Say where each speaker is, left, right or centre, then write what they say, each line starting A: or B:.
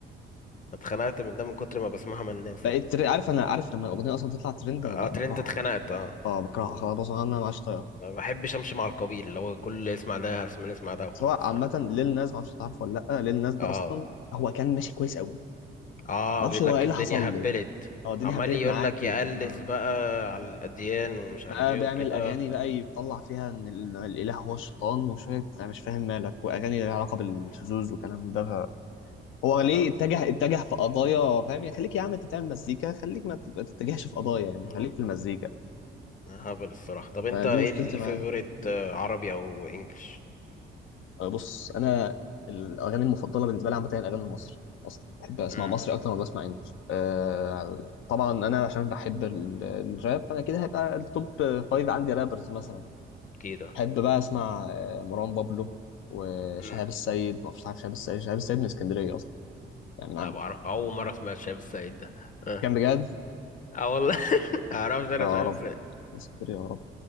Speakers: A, on the left; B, on the left.
A: اتخنقت من ده من كتر ما بسمعها من الناس
B: بقيت
A: يعني
B: تر- عارف انا عارف لما الاغنيه اصلا تطلع ترند
A: اه
B: انا ب- بكرهها
A: ترند اتخنقت اه
B: اه بكرهها
A: مم.
B: خلاص بصراحة انا ما عادش طايقها
A: ما بحبش امشي مع القبيل اللي هو كل اللي يسمع ده اسمع يسمع ده وخلاص
B: سواء عامة
A: يعني
B: ليل ناس معرفش تعرفه ولا لأ ليل ناس ده
A: اه
B: أصلا هو كان ماشي كويس أوي
A: اه
B: معرفش
A: بيقول
B: هو
A: لك
B: إيه اللي
A: الدنيا
B: حصل له
A: هبلت
B: هو الدنيا
A: عمال
B: هبلت
A: يقول
B: معاه
A: لك
B: كده
A: يقلس
B: آه.
A: بقى على الاديان ومش
B: بقى
A: عارف ايه
B: بيعمل
A: وكده
B: أغاني بقى يطلع فيها إن ال- الإله هو الشيطان وشوية أنا مش فاهم مالك وأغاني لها علاقة بالشذوذ وكلام من ده هو
A: ولا
B: ليه اتجه اتجه في قضايا فاهم يعني خليك يا عم أنت بتعمل مزيكا خليك ما تبقى تتجهش في قضايا يعني
A: لا
B: خليك في المزيكا
A: لا، هبل الصراحة طب انت
B: آه، دي
A: ايه
B: مشكلتي
A: الفيفوريت
B: معاه
A: آه، عربي او انجلش
B: آه، بص انا الاغاني المفضله بالنسبه لي عامه هي الاغاني المصري اصلا بحب اسمع
A: امم
B: مصري اكتر ما بسمع انجلش آه طبعا انا عشان بحب ال- الراب فانا كده هيبقى التوب فايف عندي رابرز مثلا
A: كده
B: بحب بقى اسمع آه، مروان بابلو وشهاب
A: امم
B: السيد ما اعرفش عارف شهاب السيد شهاب السيد من اسكندريه اصلا يعني من
A: لا
B: عندك
A: بعرف اول مره اسمع الشايب السعيد ده اه
B: كان بجد
A: اه والله <laughs> معرفش انا
B: يا
A: الشايب
B: رب
A: السعيد
B: يا ساتر يا رب